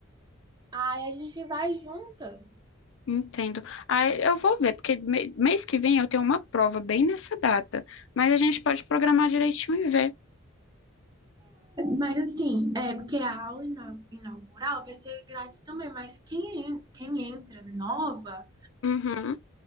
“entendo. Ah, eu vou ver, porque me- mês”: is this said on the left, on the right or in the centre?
Left